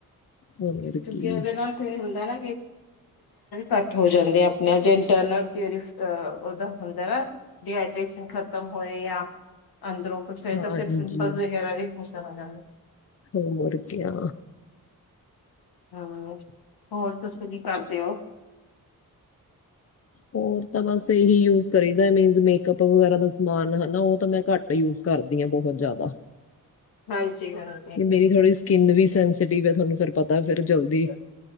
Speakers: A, on the left; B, on the left.
A: ਹੋਰ
B: ਤੁਸੀਂ
A: ਕੀ
B: ਉਹਦੇ ਨਾਲ ਇਹ ਹੁੰਦਾ ਨਾ ਘੱਟ ਹੋ ਜਾਂਦੇ ਆਪਣੇ ਇੰਟਰਨਲ। ਅ ਉਹਦਾ ਹੁੰਦਾ ਵ ਡੀਹਾਈਡ੍ਰੇਸ਼ਨ ਖਤਮ ਹੋਏ ਜਾਂ ਅੰਦਰੋਂ। ਕੁਛ ਹੈ
A: ਹਾਂਜੀ
B: ਤਾਂ ਫਿਰ ਮਿਪਲ ਵਗੈਰਾ ਵੀ ਚਲਾ ਜਾਂਦਾ।
A: ਹੋ ਮੁਰਗਿਆ।
B: ਹਾਂ ਹੋਰ ਤੁਸੀਂ ਕੀ ਕਰਦੇ ਹੋ?
A: ਹੋਰ ਤਾਂ ਬਸ ਇਹੀ ਯੂਜ ਕਰੀਦਾ ਮਿੰਸ ਮੇਕਅਪ ਵਗੈਰਾ ਦਾ ਸਮਾਨ ਹਨਾ ਉਹ ਤਾਂ ਮੈਂ ਘੱਟ ਯੂਜ ਕਰਦੀ ਹਾਂ ਬਹੁਤ ਜ਼ਿਆਦਾ।
B: ਹਾਂਜੀ ਹਾਂ।
A: ਮੇਰੀ ਥੋੜ੍ਹੀ ਸਕਿੰਨ ਵੀ ਸੈਂਸਟਿਵ ਹੈ ਤੁਹਾਨੂੰ ਫ ਪਤਾ ਫਿਰ ਜਲਦੀ